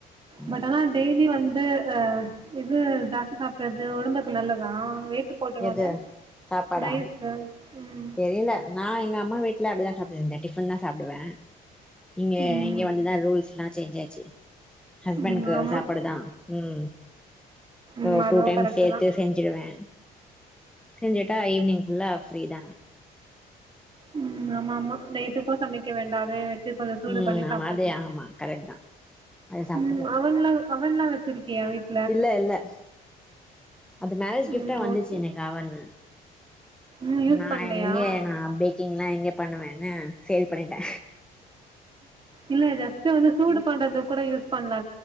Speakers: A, in the centre; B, on the right (about 30°).
A: ஆமா
B: பட் ஆனா டெய்லி வந்து அ அது ஜாஸ்தி சாப்படறது ஒடம்புக்கு நல்லதா வெய்ட்டு போட்டுடல்ல
A: எது சாப்பாடா
B: ரைஸு ம்
A: தெரில நா எங்க அம்மா வீட்ல அப்டிதா சாப்டுட்ருந்தே டிஃபன் தா சாப்டுவே இங்க
B: ம்
A: இங்க வந்துதா ரூல்ஸ்லா சேன்ச் ஆச்சு ஹஸ்பண்ட்கு
B: ம் ஆமாம்
A: சாப்பாடுதா ம் சோ
B: ம் அதுவும்
A: டூ டைம்ஸ்
B: கரெக்ட்டு
A: சேத்து
B: தான்
A: செஞ்சுடுவே செஞ்சிட்டா ஈவினிங் ஃபுல்லா ஃப்ரீ தா
B: ம் ஆமாமா நைட்டுக்கோ சமைக்க வேண்டா அதே கொஞ்ச சூடு
A: ம்
B: பண்ணி சாப்ட்டுக்லா
A: ஆமா அதே ஆமா கரெக்ட் தா அத சாப்ட்டுப்போ
B: ம் அவன்லா அவன்லா வச்சிருக்கியா வீட்
A: இல்ல இல்ல அது மேரேஜ் கிஃப்டா
B: ம்
A: வந்துச்சு
B: ஓகே
A: எனக்கு அவன்
B: ம் யூஸ்
A: நா
B: பண்ணலையா
A: எங்க நா பேக்கிங்லா எங்க பண்ணுவேனு சேல் பண்ணிட்ட
B: இல்ல ஜஸ்ட் வந்து சூடு பண்றதுனா கூட யூஸ் பண்லா